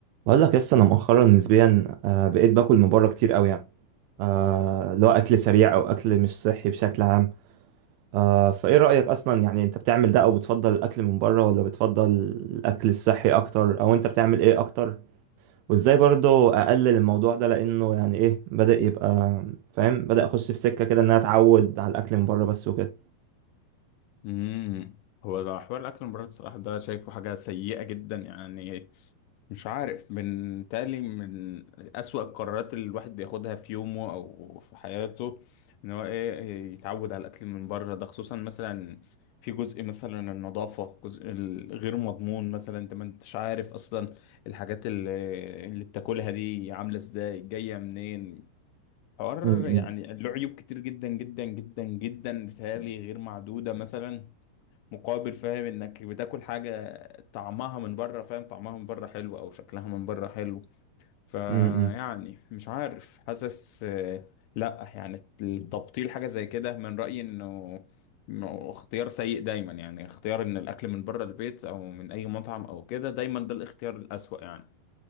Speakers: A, on the right; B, on the left.
A: بقول لك لسه انا مؤخرا نسبيا آه، بقيت باكل من بره كتير قوي يعني آه، اللي هو اكل سريع او اكل مش صحي بشكل عام آه، فايه رايك اصلا يعني انت بتعمل ده او بتفضل الاكل من بره ولا بتفضل الاكل الصحي اكتر او انت بتعمل ايه اكتر وازاي برضو اقلل الموضوع ده لانه يعني ايه بدأ يبقى فاهم بدأ اخش في سكه كده ان انا اتعود على الاكل من بره بس وكده
B: امم هو ده حوار الاكل من بره الصراحه ده شايفه حاجه سيئه جدا يعني مش عارف من تالي من اسوأ القرارات اللي الواحد بياخدها في يومه او في حياته ان هو ايه يتعود على الاكل من بره ده خصوصا مثلا في جزء مثلا النظافه جزء الغير مضمون مثلا انت ما انتش عارف اصلا الحاجات اللي اللي بتاكلها دي عامله ازاي جايه منين حوار
A: م-
B: يعني
A: م.
B: له عيوب كتير جدا جدا جدا جدا بتهيألي غير معدوده مثلا مقابل فاهم انك بتاكل حاجة طعمها من بره فاهم طعمها من بره حلو او شكلها من بره حلو فيعني
A: م- م-
B: مش عارف حاسس آه، لا يعني التبطيل حاجة زي كده من رأيي انه إنه اختيار سيء دايما يعني اختيار ان الاكل من بره البيت او من اي مطعم او كده دايما ده الاختيار الأسوأ يعني